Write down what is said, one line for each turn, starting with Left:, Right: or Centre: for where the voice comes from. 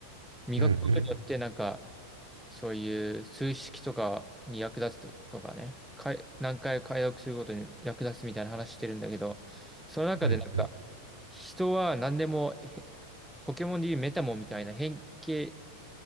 Centre: 磨くことによってなんか
Right: うんうん
Centre: そういう数式とかに役立つとかね、かい、何回解読することに役立つみたいな話してるんだけど、その中でなんか、
Right: うんうん
Centre: 人は何でも、へポケモンでいうメタモンみたいな変形、